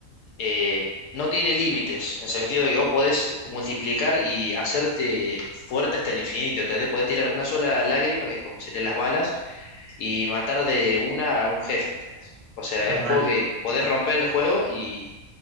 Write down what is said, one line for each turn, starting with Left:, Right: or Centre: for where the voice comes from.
Left: eh, no tiene límites, en el sentido de que vos podés multiplicar y hacerte fuerte hasta el infinito, ¿entendés? Podés tirar una sola lágrima, que es como serían las balas, y matar de una a un jefe, ¿entendés? O sea,
Right: <laughs> Ah,
Left: es un juego
Right: vale.
Left: que podés romper el juego y,